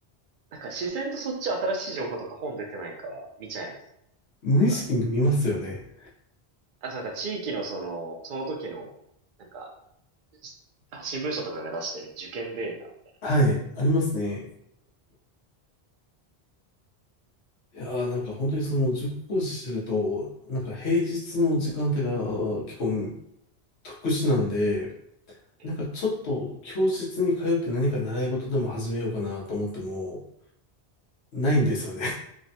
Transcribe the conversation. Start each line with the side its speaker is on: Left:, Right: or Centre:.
Right: なんか自然とそっち新しい情報とか本出てないかは見ちゃいます。
Left: 無意識に見ますよね。
Right: なんか、あとなんか地域のその、その時の、なんか、しあ新聞社とかが出してる受験データみ
Left: はい、ありますね。いやーなんか本当にその塾講師してると、なんか平日の時間帯が結構特殊なんで、
Right: たいな。
Left: なんかちょっと教室に通って何か習い事でも始めようかなと思っても、ないんですよね。